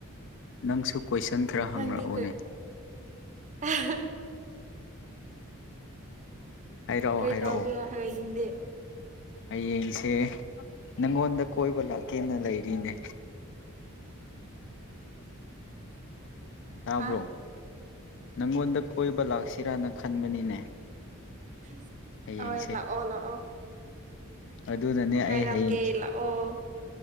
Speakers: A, on the left; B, on the right.
A: ꯅꯪꯁꯨ ꯀꯣꯏꯁꯟ ꯈꯔ ꯍꯪꯔꯛꯑꯣꯅꯦ
B: ꯅꯪꯗꯤ ꯀꯩ <unintelligible>
A: ꯍꯥꯏꯔꯛꯑꯣ
B: ꯀꯩ
A: ꯍꯥꯏꯔꯛꯑꯣ
B: ꯇꯧꯒꯦꯔꯥ ꯍꯌꯦꯡꯗꯤ
A: ꯍꯌꯦꯡꯁꯦ ꯅꯪꯉꯣꯟꯗ ꯀꯣꯏꯕ ꯂꯥꯛꯀꯦꯅ ꯂꯩꯔꯤꯅꯦ꯫ ꯇꯥꯕ꯭ꯔꯣ
B: ꯍꯥ
A: ꯅꯪꯉꯣꯟꯗ ꯀꯣꯏꯕ ꯂꯥꯛꯁꯤꯔꯅ ꯈꯟꯕꯅꯤꯅꯦ꯫
B: <inaudible>
A: ꯍꯌꯦꯡꯁꯦ
B: ꯑꯣꯏ ꯂꯥꯛꯑꯣ ꯂꯥꯛꯑꯣ
A: ꯑꯗꯨꯅꯅꯦ
B: ꯉꯥꯏꯔꯝꯒꯦ
A: ꯑꯩ ꯍꯌꯦꯡ
B: ꯂꯥꯛꯑꯣ